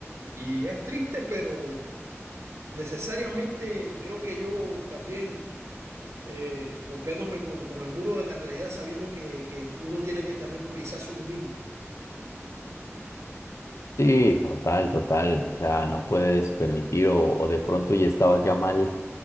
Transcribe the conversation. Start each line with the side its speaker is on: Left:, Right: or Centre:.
Right: Y es triste, pero necesariamente creo que yo también eh, golpeándome con, con el muro de la realidad, sabiendo que, que uno tiene que también priorizarse uno mismo.
Left: Sí, total, total. o sea no puedes permitir o, o de pronto ya estabas ya mal,